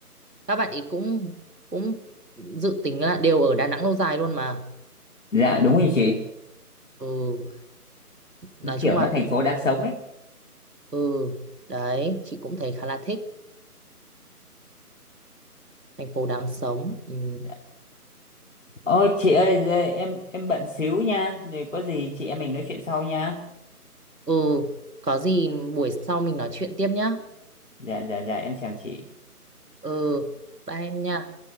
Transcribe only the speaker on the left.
dạ đúng rồi chị
nó kiểu
nó thành
phố đáng sống ấy
dạ. ôi chị ơi giờ em em bận xíu nha rồi có gì chị em mình nói chuyện sau nha
dạ dạ dạ em chào chị